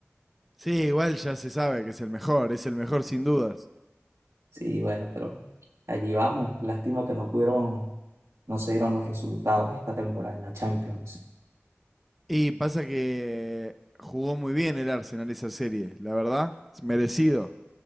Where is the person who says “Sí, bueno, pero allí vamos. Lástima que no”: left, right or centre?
Right